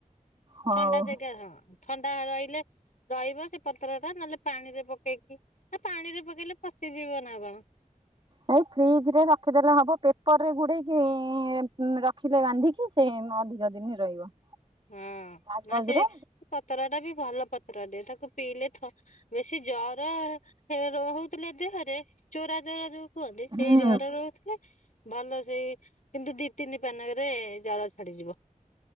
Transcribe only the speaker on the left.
ଥଣ୍ଡା ଜାଗାରେ ହଁ ଥଣ୍ଡା ରହିଲେ ରହିବ ସେ ପତ୍ର ଟା ନହେଲେ ପାଣିରେ ପକେଇକି ଆଉ ପାଣିରେ ପକେଇଲେ ପଚିଯିବ ନା କଣ।
ହଁ
ନା ସେ ପତର ଟା ବି ଭଲ ପତର ଟେ ତାକୁ ପିଇଲେ ଥ ବେଶୀ ଜର ରହୁଥିଲେ ଦେହରେ ଚୋରା ଜୋର ଯୋଉ। କୁହନ୍ତି,
ସେଇ ଜର ରହୁଥିଲେ ଭଲ ସେଇ କିନ୍ତୁ ଦି ତିନି ପାନରେ ଜର ଛାଡିଯିବ।